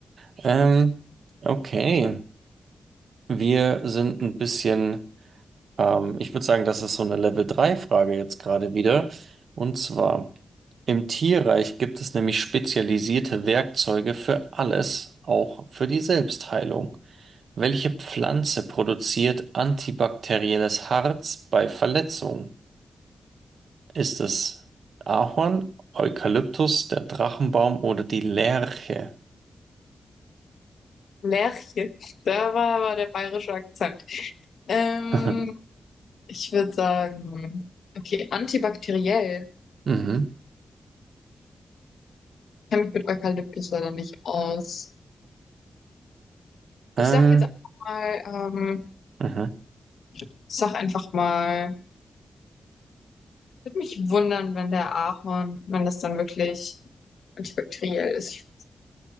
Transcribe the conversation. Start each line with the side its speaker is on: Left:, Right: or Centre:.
Right: Ähm, okay. Wir sind ein bisschen. Ähm, ich würde sagen, das ist so eine level drei frage jetzt gerade wieder. Und zwar, im Tierreich gibt es nämlich spezialisierte Werkzeuge für alles, auch für die Selbstheilung. Welche Pflanze produziert antibakterielles Harz bei Verletzungen? Ist es Ahorn, Eukalyptus, der Drachenbaum oder die Lerche?
Left: Lerche. Da war aber der bayerische Akzent. Ähm,
Right: <laughs>
Left: ich würde sagen, okay, antibakteriell. Ich
Right: Mhm.
Left: kenne mich mit Eukalyptus leider nicht aus.
Right: Ähm,
Left: Ich sag jetzt einfach mal, ähm,
Right: mhm.
Left: ich sag einfach mal, würde mich wundern, wenn der Ahorn, wenn das dann wirklich antibakteriell ist.